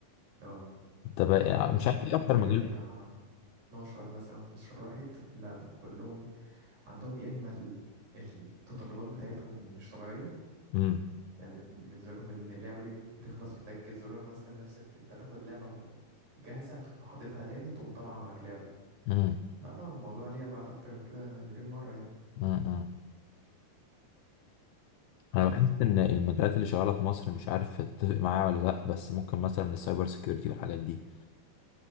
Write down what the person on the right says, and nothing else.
اه
يعني
ممكن
مقابل
بتاع 12 مثلا 15 واحد لا كلهم عندهم يا اما ال- المتطلبات بتاعتهم مش طبيعيه
يعني بت- بالنسبه لهم ان اللعبه دي بتخلص في تكه زرار مثلا نفس ال- انت تاخد لعبه م- جاهزه تقوم حاططها تاني تقوم طالعه معاك لعبه
لا طبعا الموضوع ليه ابعاد اكتر من كده مليون مره يعني
آه،
بس